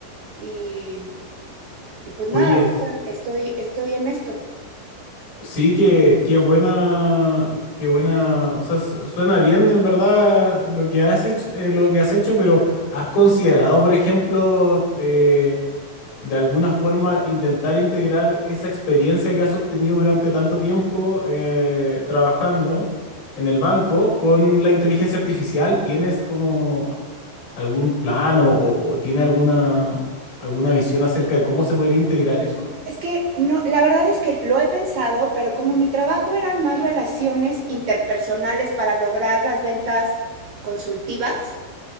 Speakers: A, on the right; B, on the left.
A: y, y pues
B: Oye,
A: nada, ahorita
B: es-
A: estoy, estoy en esto.
B: Sí, que qué buena, qué buena, o sea, su- suena bien en verdad lo que has hecho, eh, lo que has hecho, pero ¿has considerado, por ejemplo, eh, de alguna forma intentar integrar esa experiencia que has obtenido durante tanto tiempo eh, trabajando en el banco con la inteligencia artificial? ¿Tienes como algún plan o, o- o tiene alguna, alguna visión acerca de cómo se podría integrar eso?
A: Es que no, la verdad es que lo he pensado, pero como mi trabajo eran más relaciones interpersonales para lograr las ventas consultivas,